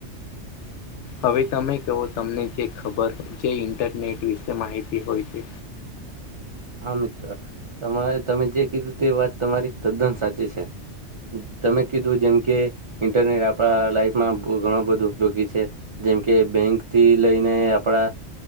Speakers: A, on the left; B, on the right.
A: હવે તમે કહો તમને જે ખબર, જે ઈન્ટરનેટ વિશે માહિતી હોય તે.
B: હા મિત્ર, તમારે તમે જે કીધું તે વાત તમારી તદ્દન સાચી છે. તમે કીધું જેમ કે ઇન્ટરનેટ આપડા લાઈફમાં ઘણો બધો ઉપયોગી છે. જેમ કે બેંક થી લઈને આપડા